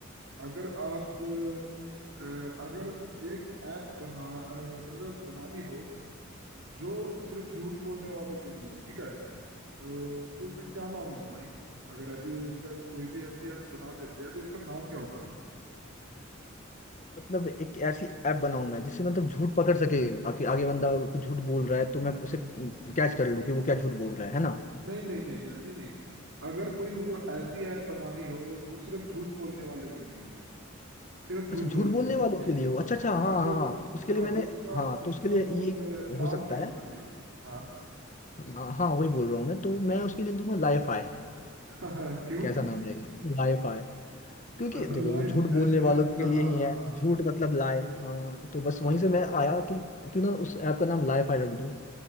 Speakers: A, on the right; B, on the left.
A: अगर आप अ, अगर एक ऐप बना अ, मतलब बनानी हो जो सिर्फ झूठ बोलने वालों के लिए हो ठीक है अ, तो उसका क्या नाम होगा भाई अगर ऐसी एक ऐप कोई भी ऐसी ऐप बना देते हैं तो उसका नाम क्या होगा
B: मतलब एक ऐसी ऐप बनाऊं मैं जिससे मतलब झूठ पकड़ सके आगे आगे बंदा कुछ झूठ बोल रहा है तो मैं उसे कैच कर लूं कि वो क्या झूठ बोल रहा है है ना
A: नहीं नहीं नहीं ऐसी नहीं अगर कोई मतलब ऐसी ऐप बनानी हो जो सिर्फ झूठ बोलने वालों के लिए हो सिर्फ झूठ
B: अच्छा झूठ
A: बोलने
B: बोलने
A: वालों
B: वालों
A: के लिए
B: के लिए हो अच्छा अच्छा हाँ
A: हाँ
B: हाँ
A: तो
B: हाँ तो उसके लिए
A: हाँ
B: मैंने
A: उसका
B: हाँ तो
A: उसका
B: उसके लिए
A: मतलब
B: ये
A: अ,
B: हो
A: नाम
B: सकता
A: क्या होना
B: है
A: चाहिए हाँ
B: हाँ हाँ, वही बोल रहा हूँ मैं तो मैं उसके लिए दूंगा लाइफाई
A: <laughs> क्यों
B: कैसा नाम रहेगा लाइफाई क्योंकि
A: अच्छा
B: देखो
A: लाई
B: वो झूठ बोलने
A: एल है
B: वालों
A: अच्छा
B: के लिए
A: हाँ
B: ही है
A: हाँ हाँ
B: झूठ मतलब लाए हाँ तो बस
A: हाँ
B: वहीं से मैं आया कि क्यों ना उस ऐप का नाम लाइफाई रख दूँ